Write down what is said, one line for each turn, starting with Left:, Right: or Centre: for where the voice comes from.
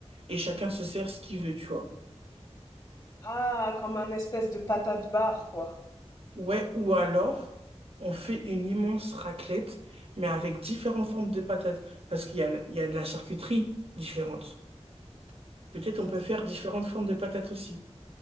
Right: et chacun se sert ce qu'il veut, tu vois.
Left: Ah, comme un espèce de patate barre, quoi.
Right: Ouais, ou alors, on fait une immense raclette, mais avec différentes formes de patates. Parce qu'il y a, il y a de la charcuterie différente. Peut-être
Left: Ça,
Right: on peut faire différentes formes de patates aussi.